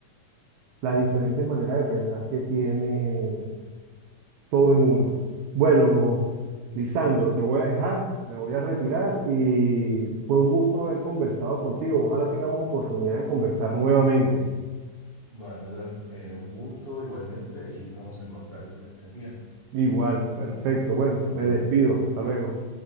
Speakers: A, on the right; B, on the right.
A: las diferentes maneras de pensar que tiene todo el mundo. Bueno, Lisandro, te voy a dejar, me voy a retirar y fue un gusto haber conversado contigo. Ojalá tengamos oportunidad de conversar nuevamente.
B: bueno, Dan, eh, un gusto igualmente y estamos en contacto, que estés bien.
A: Igual, perfecto. Bueno,
B: Hasta luego.
A: me despido. Hasta luego.